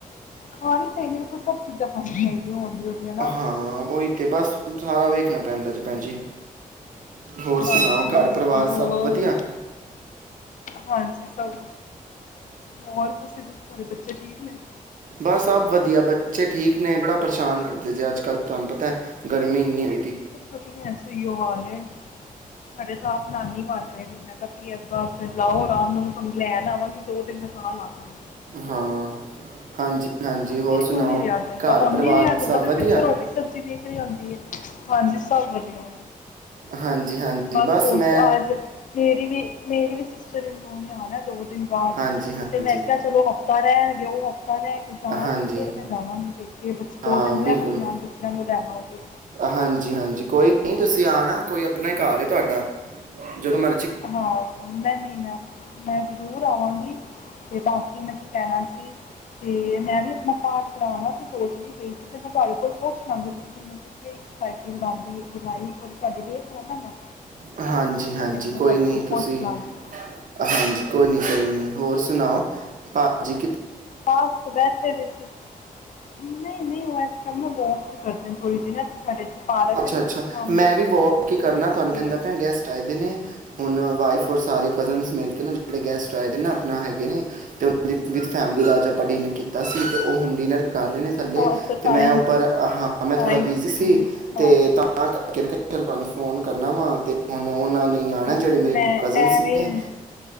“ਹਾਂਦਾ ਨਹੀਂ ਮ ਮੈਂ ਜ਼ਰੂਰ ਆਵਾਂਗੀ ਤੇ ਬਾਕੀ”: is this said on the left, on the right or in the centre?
Left